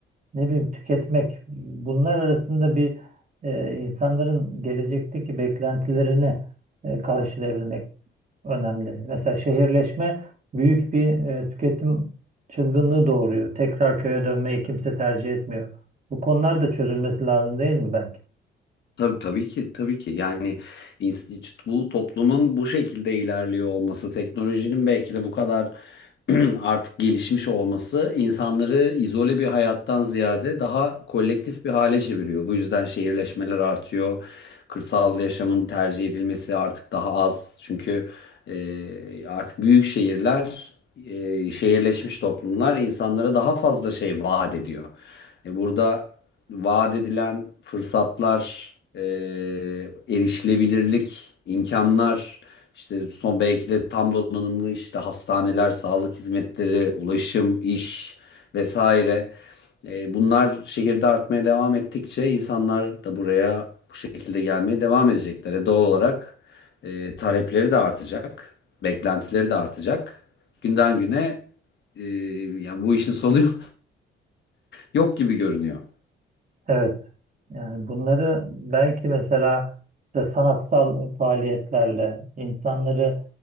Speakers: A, on the right (about 40°); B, on the left (about 60°).
A: ne bileyim tüketmek bunlar arasında bir e, insanların gelecekteki beklentilerini e, karşılayabilmek önemli. Mesela şehirleşme büyük bir e, tüketim çılgınlığı doğuruyor. Tekrar köye dönmeyi kimse tercih etmiyor. Bu konular da çözülmesi lazım değil mi belki?
B: Tabii, tabii ki tabii ki yani ins- bu toplumun bu şekilde ilerliyor olması teknolojinin belki de bu kadar <clears throat> artık gelişmiş olması insanları izole bir hayattan ziyade daha kolektif bir hale çeviriyor. Bu yüzden şehirleşmeler artıyor. Kırsal yaşamın tercih edilmesi artık daha az. Çünkü e, artık büyük şehirler, e, şehirleşmiş toplumlar insanlara daha fazla şey vaat ediyor. E, burada vaat edilen fırsatlar, e, erişilebilirlik, imkanlar, işte son belki de tam donanımlı işte hastaneler, sağlık hizmetleri, ulaşım, iş vesaire. E, bunlar şehirde artmaya devam ettikçe insanlar da buraya bu şekilde gelmeye devam edecekler. E, doğal olarak e, talepleri de artacak, beklentileri de artacak. Günden güne e, yani bu işin sonu <laughs> yok gibi görünüyor.
A: Evet, yani bunları belki mesela işte sanatsal faaliyetlerle insanları